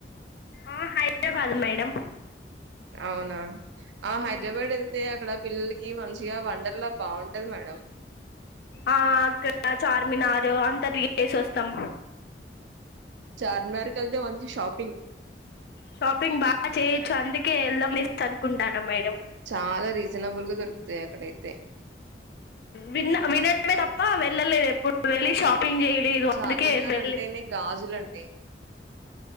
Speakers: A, on the left (about 60°); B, on the right (about 80°).
A: ఆ, హై హైదరాబాద్ మేడం
B: అవునా ఆ హైదరాబాద్
A: మ్మ్.
B: వెళ్తే అక్కడ పిల్లలకి కి మంచిగా వండర్లా బాగుంటది మేడం
A: ఆ అక్కడ చార్మినార్ అంతా తిరగేసి ఒస్తాం
B: చార్మినార్ ఎల్తే మంచి షాపింగ్
A: షాపింగ్ బాగా చేయొచ్చు అందుకే ఎళ్ద మిస్ అనుకుంటాన్న మేడం
B: చాల రీజనబుల్ గా దొరుకుతయి అక్కడయితే
A: విన్న వినడమే తప్ప వెళ్ళలేదు ఎప్పుడు వెళ్ళి షాప్ పింజెలి ఇది
B: చార్మినార్
A: అందుకే వెళ్లి
B: అంటేనే గాజులండి